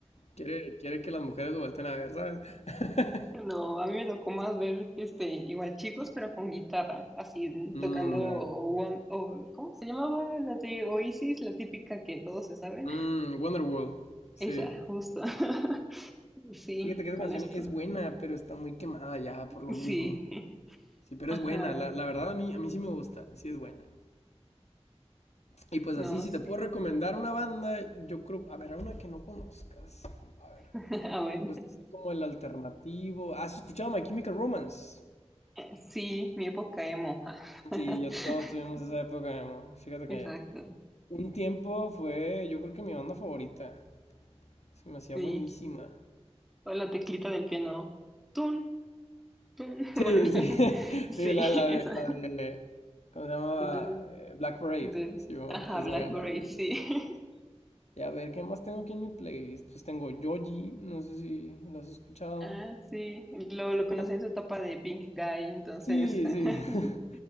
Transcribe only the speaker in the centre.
No, a mí me tocó más ver este, igual chicos, pero con guitarra, así
tocando
One, o, ¿cómo se llamaba? La de Oasis, la típica que todos se saben.
Esa, justo. <laughs> Sí,
con
esto.
Sí.
Ajá.
No,
sí.
<laughs> A ver.
Sí, mi época emo. <laughs>
Exacto.
Sí.
O la teclita del piano. Tun, tun. <laughs>
Bueno, <laughs>
sí,
esa.
De,
de-
Ajá,
Blackberry,
sí. <laughs>
Ah, sí. Lo, lo conocí
en su etapa de Pink Guy, entonces.
<laughs>